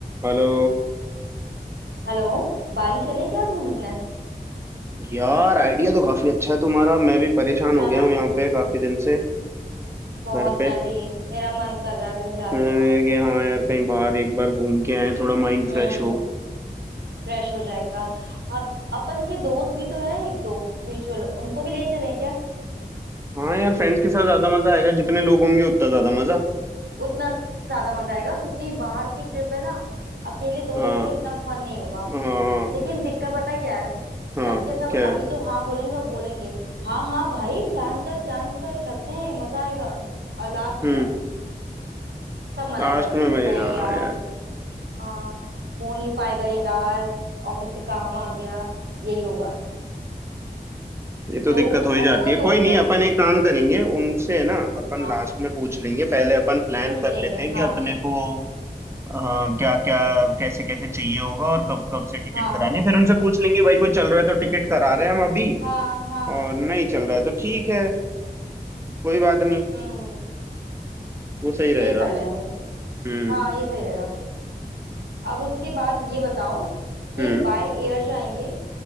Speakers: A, on the right; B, on the right.
A: हेलो
B: Hello Bali चले क्या घूमने
A: यार आइडिया तो काफी अच्छा है तुम्हारा मैं भी परेशान
B: अच्छा
A: हो
B: है
A: गया
B: ना
A: हूँ यहाँ पे काफी दिन से
B: बहुत
A: घर पे
B: मैं भी मेरा मन कर रहा है कहीं जाने
A: मैं
B: का
A: कि हाँ यार कहीं बाहर एक बार घूम के आए थोड़ा माइंड फ्रेश
B: हम्म
A: हो
B: फ्रेश हो जाएगा आप अपन के दोस्त भी तो है एक दो म्यूचुअल उनको भी ले चलें क्या
A: हाँ यार फ्रेंड्स के साथ ज्यादा मजा आएगा जितने लोग होंगे उतना ज्यादा मजा
B: उतना ज्यादा मजा आएगा क्योंकि बाहर की ट्रिप है ना अकेले दो
A: हाँ
B: लोगों में इतना फन नहीं होगा
A: हाँ
B: लेकिन दिक्कत पता है क्या है
A: हाँ
B: सबके सब
A: क्या
B: अभी
A: है
B: तो हाँ बोलेंगे और बोलेंगे हाँ हाँ भाई प्लान कर प्लान कर चलते हैं मजा आएगा और लास्ट
A: हम्म
B: में सब मना
A: लास्ट
B: कर देंगे
A: में मैं
B: नहीं
A: हाँ
B: यार
A: यार
B: हाँ हो नहीं पाएगा यार ऑफिस से काम आ गया यही होगा
A: ये तो
B: तो
A: दिक्कत हो ही
B: ऐसा
A: जाती
B: कोई
A: है कोई
B: दोस्त
A: नहीं
B: है
A: अपन एक काम करेंगे उनसे है ना अपन
B: हाँ
A: लास्ट में पूछ लेंगे पहले अपन प्लान
B: पूछ
A: कर
B: लेंगे
A: लेते हैं कि
B: हाँ
A: अपने को हाँ, क्या क्या कैसे कैसे चाहिए होगा और कब कब से टिकट
B: हाँ
A: करानी है। फिर उनसे पूछ लेंगे भाई कोई चल रहा है तो टिकट करा रहे हैं हम अभी
B: हाँ हाँ हाँ
A: और नहीं चल रहा है तो ठीक है कोई बात नहीं
B: हम्म
A: वो सही रहेगा
B: ये कर लेंगे
A: हम्म
B: हाँ ये सही रहेगा अब उसके बाद ये बताओ कि
A: हम्म
B: बाय एयर जाएंगे